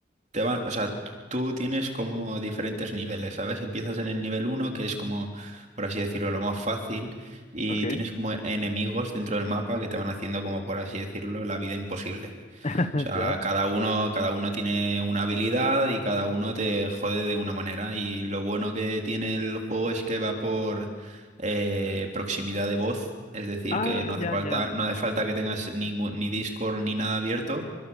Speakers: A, on the right; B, on the left.
A: te van, o sea, t- tú tienes como diferentes niveles, ¿sabes? Empiezas en el nivel uno que es como, por así decirlo, lo más fácil, y
B: Ok,
A: tienes como enemigos dentro del mapa que te van haciendo como, por así decirlo, la vida imposible.
B: <laughs>
A: O sea,
B: ¿ya?
A: cada uno, cada uno tiene una habilidad y cada uno te jode de una manera. Y lo bueno que tiene el juego es que va por eh, proximidad de voz. Es decir,
B: Ah,
A: que no hace
B: ya,
A: falta,
B: ya,
A: no hace falta que tengas ningún, ni Discord ni nada abierto,